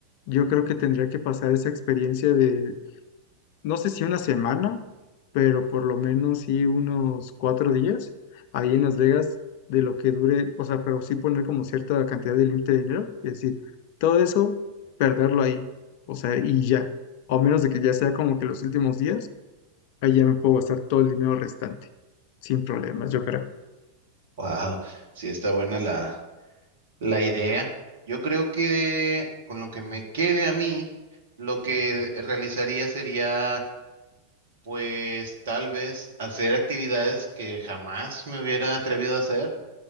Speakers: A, on the left; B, on the right.
A: Yo creo que tendría que pasar esa experiencia de, no sé si una semana, pero por lo menos sí unos cuatro días ahí en Las Vegas de lo que dure, o sea, pero sí poner como cierta cantidad de límite de dinero, es decir, todo eso, perderlo ahí, o sea, y ya, o a menos de que ya sea como que los últimos días ahí ya me puedo gastar todo el dinero restante, sin problemas, yo creo.
B: Wow, sí está buena la, La idea, yo creo que con lo que me quede a mí, lo que realizaría sería, pues tal vez hacer actividades que jamás me hubiera atrevido a hacer,